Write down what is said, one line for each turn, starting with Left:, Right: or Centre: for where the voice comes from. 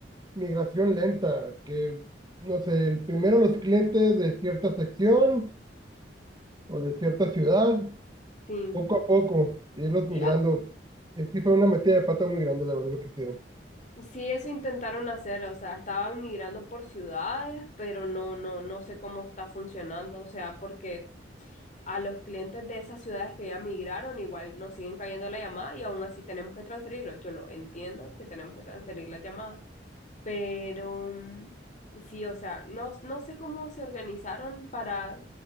Right: migración lenta, que, no sé, el- primero los clientes de cierta sección o de cierta ciudad
Left: sí.
Right: Poco a poco, irlos
Left: Y
Right: migrando. Eh, Sí fue una metida de pata muy grande, la verdad, lo que hicieron.
Left: Sí, eso intentaron hacer, o sea, estaban migrando por ciudades, pero no, no, no sé cómo está funcionando, o sea, porque a los clientes de esas ciudades que ya migraron, igual nos siguen cayendo la llamada y aún así tenemos que transferirlo. Yo lo entiendo que tenemos que transferir las llamadas, pero mm, sí, o sea, no, no sé cómo se organizaron para